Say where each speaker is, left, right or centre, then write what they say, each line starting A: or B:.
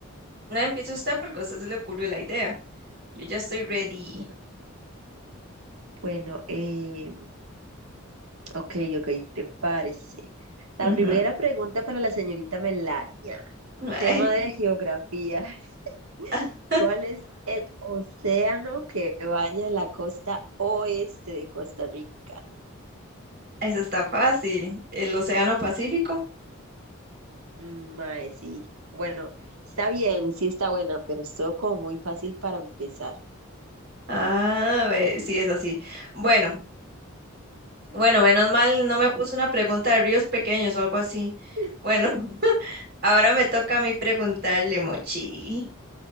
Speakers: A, on the right; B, on the right.
A: No empiece usted porque a usted se le ocurrió la idea. Yo ya estoy
B: Mm,
A: ready.
B: bueno, bueno, eh, ok, ok, prepárese. La
A: Ujú.
B: primera pregunta para la señorita Melania,
A: <laughs>
B: tema
A: Ay,
B: de geografía. <laughs>
A: ah,
B: ¿Cuál es el océano que baña la costa oeste de Costa Rica?
A: eso está fácil. ¿El Océano Pacífico?
B: Mm, Mae, sí. Bueno, está bien, sí está buena, pero estuvo como muy fácil para empezar.
A: Ah, ve, sí, es así. Bueno, bueno, menos mal no me puso una pregunta de ríos pequeños o algo así.
B: <laughs>
A: Bueno, <laughs> ahora me toca a mí preguntarle, Mochi.